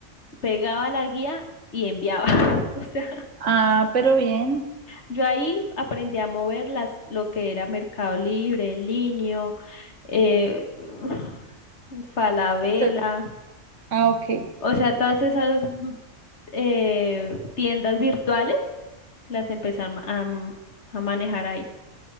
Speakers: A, on the left (about 60°); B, on the right (about 70°).
A: pegaba la guía y enviaba. <laughs> O sea,
B: Ah, pero bien.
A: yo ahí aprendí a mover las, lo que era Mercado Libre, Linio, eh, <sighs> Falabella,
B: Eso, ah, ok,
A: o sea, todas esas mm, eh, tiendas virtuales las empecé a, ma- a m- a manejar ahí.